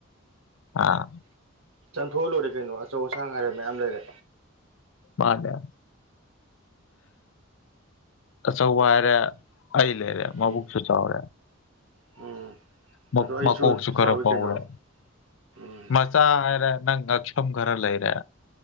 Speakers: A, on the left (about 65°); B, on the right (about 75°).
A: ꯑꯥ
B: ꯆꯟꯊꯣꯛꯍꯜꯂꯣꯏꯔꯦ ꯀꯩꯅꯣ ꯑꯆꯧ ꯑꯁꯥꯡ ꯍꯥꯏꯔꯦ ꯃꯌꯥꯝ ꯂꯩꯔꯦ
A: ꯃꯥꯗ ꯑꯆꯧꯕ ꯍꯥꯏꯔꯦ ꯑꯩ ꯂꯩꯔꯦ ꯃꯕꯨꯛꯁꯨ
B: ꯎꯝ
A: ꯆꯥꯎꯔꯦ
B: ꯎꯝ
A: ꯃ
B: ꯑꯗꯣ ꯑꯩꯁꯨ
A: ꯃꯥ ꯑꯣꯁꯨ
B: ꯆꯥꯎꯋꯤ
A: ꯈꯔ
B: ꯀꯩꯅꯣ
A: ꯑꯥꯎꯔ
B: ꯎꯝ
A: ꯃꯥ ꯆꯥ ꯍꯥꯏꯔꯦ ꯅꯪ ꯉꯛꯁꯝ ꯈꯔ ꯂꯩꯔꯦ